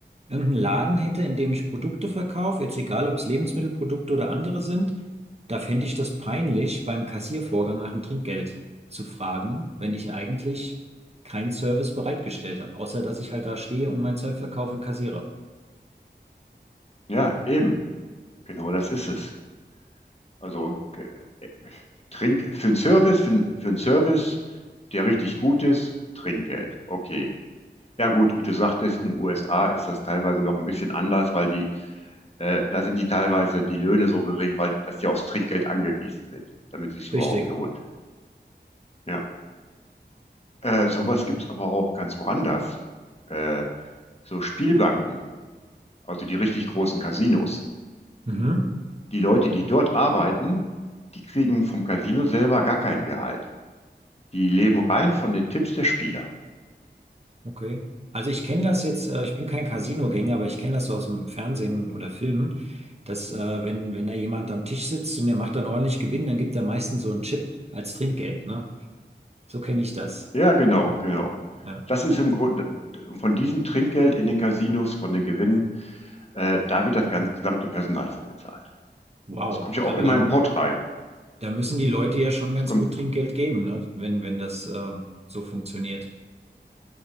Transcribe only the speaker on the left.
Ja, eben. Genau das ist es. Also ge- äh, Trink für einen Service, für, 'n- für einen Service, der richtig gut ist, Trinkgeld. Okay. Ja gut, wie du sagtest, in den USA ist das teilweise noch ein bisschen anders, weil die, äh, da sind die teilweise die Löhne so gering, weil dass die aufs Trinkgeld angewiesen sind, damit es sich überhaupt
lohnt. Ja. Äh, sowas gibt's aber auch ganz woanders. Äh, so Spielbanken, also die richtig großen Casinos.
Die Leute, die dort arbeiten, die kriegen vom Casino selber gar kein Gehalt. Die leben rein von den Tipps der Spieler.
Ja, genau, genau.
Das ist im Grunde von diesem Trinkgeld in den Casinos, von den Gewinnen, äh, da wird das ganze gesamte Personal von bezahlt.
Das kommt ja auch
immer
im Pott rein.
Das
kommt,